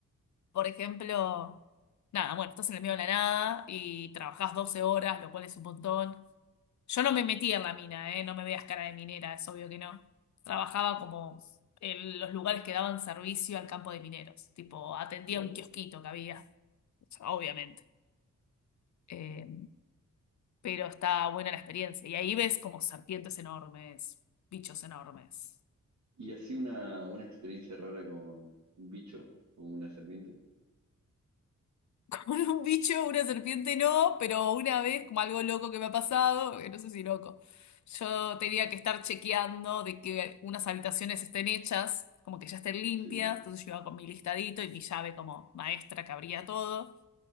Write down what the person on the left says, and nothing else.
Por ejemplo, nada, bueno, estás en el medio de la nada y trabajás 12 horas, lo cual es un montón. Yo no me metí en la mina, ¿eh? No me veas cara de minera, es obvio que no. Trabajaba como en los lugares que daban servicio al campo de mineros, tipo atendía
un kiosquito que había, o sea, obviamente. Eh, pero está buena la experiencia y ahí ves como serpientes enormes, bichos enormes.
<laughs> Con un bicho, una serpiente no, pero una vez, como algo loco que me ha pasado, que no sé si loco, yo tenía que estar chequeando de que unas habitaciones estén hechas, como que ya estén limpias,
entonces yo iba con mi listadito y mi llave como maestra que abría todo,